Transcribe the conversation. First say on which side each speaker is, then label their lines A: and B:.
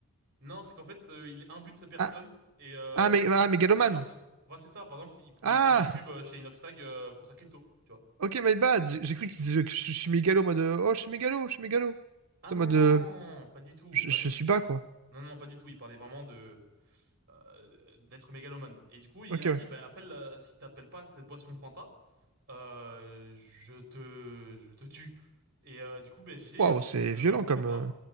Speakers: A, on the right (about 45°); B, on the right (about 80°).
A: Non, c'est qu'en fait, euh, il est imbu de sa personne.
B: Ah,
A: Et euh,
B: ah, Mé- ah, Mégalomane!
A: par exemple, voilà, c'est ça. Par exemple, il pourrait
B: Ah!
A: faire des pubs euh, chez Inoxtag euh, pour sa crypto, tu vois.
B: Ok, my bad! J'ai j'ai cru qu'il disait que je, je suis mégalo, en mode euh, Oh, je suis mégalo, je suis mégalo.
A: Ah
B: C'est
A: non,
B: en mode euh,
A: pas du tout,
B: je,
A: pas
B: je
A: du tout.
B: suis bas, quoi.
A: Non, non, non pas du tout. Il parlait vraiment de euh, d'être mégalomane. Et du coup, il
B: Ok,
A: a
B: ouais.
A: dit, bah, appelle, euh, si t'appelles pas cette boisson Fanta, euh, je te, je te tue. Et euh, du coup, ben j'ai
B: Waouh,
A: appelé
B: c'est
A: cette euh,
B: violent
A: boisson
B: comme.
A: Fanta.
B: euh.